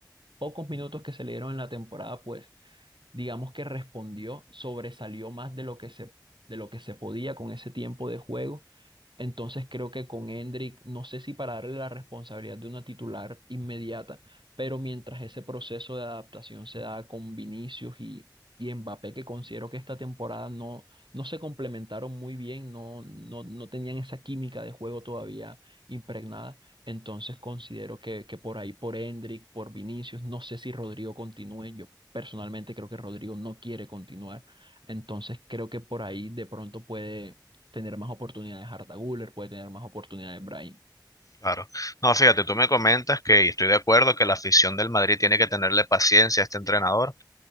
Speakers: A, on the right; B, on the left.
A: pocos minutos que se le dieron en la temporada, pues digamos que respondió, sobresalió más de lo que se, de lo que se podía con ese tiempo de juego. Entonces creo que con Hendrick, no sé si para darle la responsabilidad de una titular inmediata, pero mientras ese proceso de adaptación se da con Vinicius y, y Mbappé, que considero que esta temporada no, no se complementaron muy bien, no, no, no tenían esa química de juego todavía impregnada. Entonces considero que, que por ahí, por Hendrick, por Vinicius, no sé si Rodrigo continúe, yo personalmente creo que Rodrigo no quiere continuar. Entonces creo que por ahí de pronto puede tener más oportunidades Arda Güler, puede tener más oportunidades Brahim.
B: Claro. No, fíjate, tú me comentas que, y estoy de acuerdo, que la afición del Madrid tiene que tenerle paciencia a este entrenador,